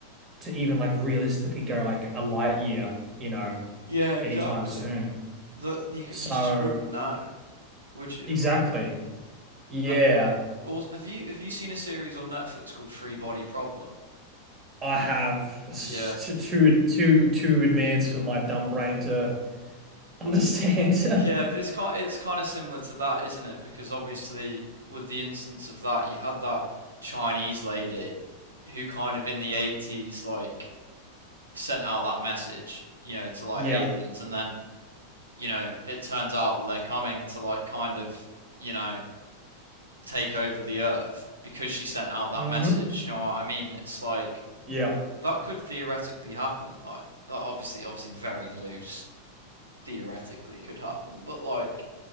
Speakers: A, on the right; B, on the right.
A: to even like realistically go like a light year, you know,
B: Yeah, exactly.
A: anytime soon.
B: Look, you c-
A: So
B: you just wouldn't know, would you?
A: exactly,
B: Like,
A: yeah.
B: and also, have you have you seen a series on Netflix called Free Body Problem?
A: I have s-
B: Yeah.
A: too too too too advanced for my dumb brain to understand.
B: Yeah,
A: <laughs>
B: but it's kind it's kind of similar to that, isn't it? Because obviously, with the instance of that, you had that Chinese lady who kind of in the 80s like sent out that message, you know, to like
A: Yeah.
B: aliens and then, you know, it turns out that they're coming to like kind of, you know, take over the earth because she sent out that
A: hmm
B: message. You know what I mean? It's like
A: Yeah.
B: that could theoretically happen. Like that obviously obviously very loose theoretically could happen, but like